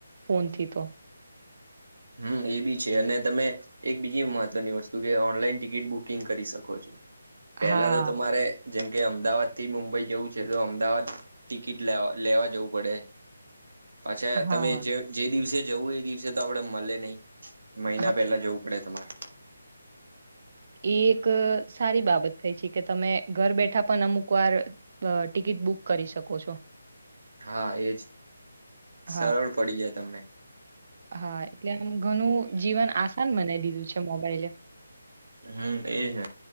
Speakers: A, on the right (about 35°); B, on the right (about 70°).
A: ફોનથી તો
B: હમ એ બી છે અને તમે એક બીજી મહત્વની વસ્તુ કે ઓનલાઈન ટિકિટ બુકિંગ કરી શકો છો. પેલા
A: હા
B: તો તમારે જેમ કે અમદાવાદ થી મુંબઈ જવું છે, તો અમદાવાદ ટિકિટ લ લેવા જવું પડે
A: <inaudible>
B: પછા
A: હા
B: તમે જે જે દિવસે જવું એ દિવસે તો આપડે મળે નહી, મહિના
A: હા
B: પેલા જવું પડે તમારે,
A: એ એક સારી બાબત થઈ છે, કે તમે ઘર બેઠા પણ અમુક વાર ટિકિટ બુક કરી શકો છો.
B: હા, એજ
A: હા
B: સરળ પડી જાય તમને
A: હા એટલે આમ ઘણું જીવન આસાન બનાવી દીધું છે, મોબાઈલે
B: હમ્મ એજને